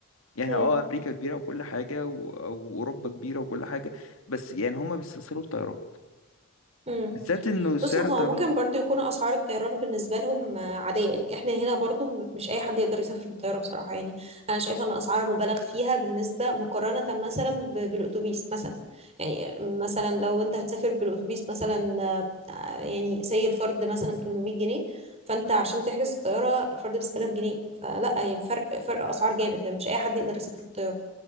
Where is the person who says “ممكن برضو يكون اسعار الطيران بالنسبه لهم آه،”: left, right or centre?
Right